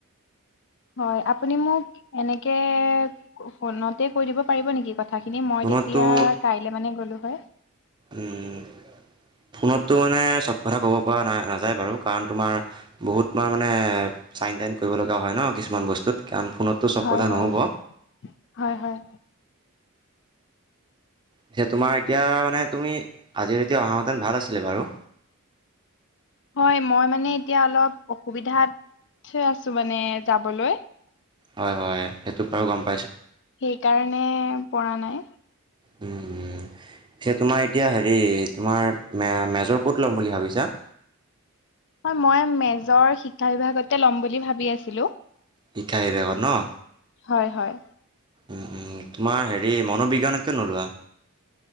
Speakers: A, on the left; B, on the right.
A: হয়, আপুনি মোক এনেকে ফোনতে কৈ দিব পাৰিব নেকি- কথাখিনি। মই
B: ফোনততো
A: তেতিয়া কাইলৈ মানে গ'লো হয়।
B: উম' ফোনত টো মানে চব কথা ক'ব পৰা নাযায় বাৰু কাৰণ তোমাৰ বহুত তোমাৰ মানে- চাইন টাইন কৰিব লগা হয় ন' কিছুমান বস্তু। কাৰণ ফোনতটো চব
A: হয়
B: কথা
A: হয়
B: নহ'ব।
A: হয় হয়
B: এতিয়া তোমাৰ এতিয়া মানে তুমি আজি এতিয়া অহা হেতেন ভাল আছিলে বাৰু।
A: হয় মই মানে এতিয়া অলপ অসুবিধাত আছো মানে যাবলৈ।
B: হয় হয় সেইটো বাৰো গম -
A: সেইকাৰণে পৰা নাই।
B: উম' উম' সেইটো মানে এতিয়া হেৰি তোমাৰ মে মেজৰ ক'ত ল'ম বুলি ভাবিছা?
A: হয় মই মেজৰ শিক্ষা বিভাগতে ল'ম বুলি ভাবি আছিলো।
B: শিক্ষা বিভাগত ন'
A: হয় হয়।
B: উম'উম' তোমাৰ হেৰি মনোবিজ্ঞান কিয় নোলোৱা?